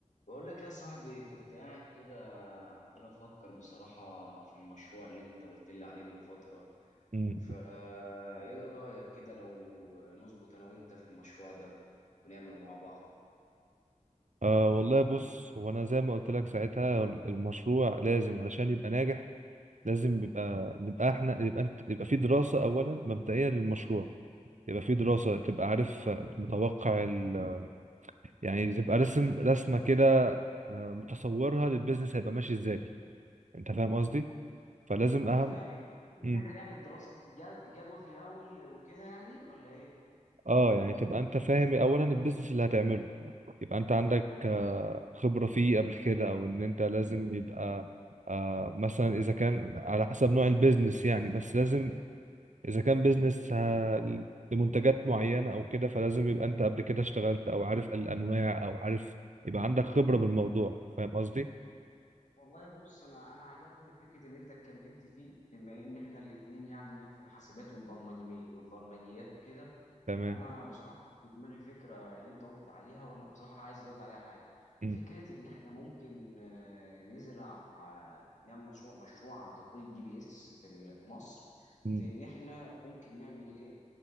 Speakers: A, on the left (about 65°); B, on the right (about 70°).
A: بقول لك يا صاحبي كنت قاعد كده عمال افكر بصراحة في المشروع اللي انت قلت لي عليه من فترة
B: مم.
A: فا ايه رأيك كده لو نظبط انا وانت في المشروع ده ونعمله مع بعض
B: آه والله بص هو انا زي ما قلت لك ساعتها المشروع لازم علشان يبقى ناجح لازم بيبقى نبقى احنا يبقى انت يبقى في دراسة اولا مبدئية للمشروع يبقى في دراسة تبقى عارف متوقع ال... يعني تبقى رسم رسمة كده آه، متصورها للبيزنس هيبقى ماشي ازاي انت فاهم قصدي فلازم
A: انا
B: اهم
A: فاهم يعني ان
B: مم.
A: احنا نعمل دراسة جد- جدوى في الاول وكده يعني ولا ايه
B: اه يعني تبقى انت فاهم اولا البيزنس اللي هتعمله يبقى انت عندك آه، خبرة فيه قبل كده او ان انت لازم يبقى آه، مثلا اذا كان على حسب نوع البيزنس يعني بس لازم اذا كان بيزنس آه، لمنتجات معينة او كده فلازم يبقى انت قبل كده اشتغلت او عارف الانواع او عارف يبقى عندك خبرة بالموضوع فاهم قصدي؟
A: والله بص انا انا عجبني فكره اللي انت اتكلمت فيه بما ان احنا الاثنين يعني لنا في الحاسبات والبرمجي والبرمجيات وكده
B: تمام
A: انا بصراحه في دماغي فكره اللي انت قلت عليها وانا بصراحه عايز ازود عليها حاجه
B: م-
A: فكره ان احنا ممكن آه، نزرع آه، نعمل مشروع مشروع عن تطوير الجي بي اس في ال- في مصر
B: م.
A: في ان احنا ممكن نعمل ايه